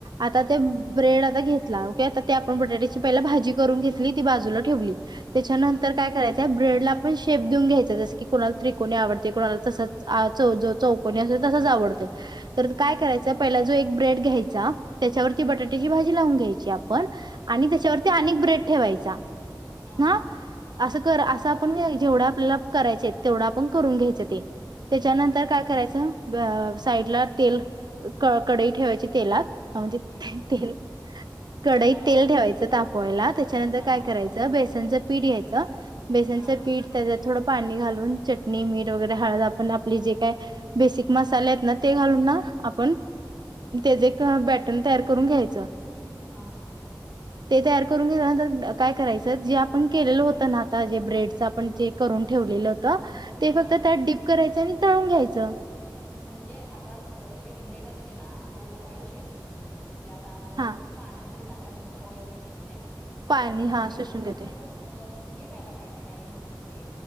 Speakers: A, on the right (about 60°); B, on the left (about 15°).
A: आता
B: हां,
A: ते ब्रेड घेतला ओे आता आपण बटाट्याची पहि भाजी करून घेतली ती बाजूला ठेवली त्याच्यानंतर
B: हं,
A: काय करायचंय ब्रेड ला आपण शेप देऊन घ्यायच जस की कोुणाला त्रिकोणी आवडते कोुणाला तसच चौ कोणी असेल तर तसच आवडते तर
B: हां,
A: काय करायच पहिला जो एक ब्रेड घ्यायचा त्याच्यावरती बटाट्याची
B: हं,
A: भाजी लावून घ्यायची आपण
B: हं,
A: आणि
B: हं.
A: त्याच्यावरती अनेक ब्रेड ठेवायचा
B: हां,
A: ह
B: हां,
A: असं कर
B: हं,
A: असं आपण जेवढा आप कराय तेवढ आपण करून घ्यायचं ते त्याच्यानंतर
B: हं, हं, हं.
A: काय करायचं साईड ला तेल कडई ठेवायची तेलात म्हणजे ते
B: हां,
A: तेल कडईत
B: हां,
A: तेल ठेवायचं तापवायला त्याच्यानंतर
B: हां,
A: काय
B: हां,
A: करायचं बेसनच पीठ यायचं बेसनं
B: हां,
A: पीठ त्या थोडं पाणी घालून चटणी मीठ वगैरे हळत आपण आपली जे काय बेसिक मसाले आहेत ना ते घालून ना आपण त्याचे एक बॅटर्न तयार करून घ्यायचं
B: हा
A: ते तयार करून घंतर काय करायचं जे आपण केलेलं होत ना जे ब्रेडं आपणे कर ठेवलेलं होत ते
B: हां,
A: फक्त त्यात
B: हां.
A: डीप करायचं आणि तळून घ्यायचं
B: म्हणजे आता समजा त्यािकाणी ब्रेड असते ना तो ऑइल शोषून घेते म्हणजे आता आपण जरी
A: हा
B: तो पाण्यात जरी टाकला तरी तो ऑइल शोषण म्हणजे ति ज असं
A: पाणी हा
B: एकदम
A: शोषून
B: म्हणजे
A: घेते
B: असं अ हे व्हायला पाहिजे काय म्हणतात ते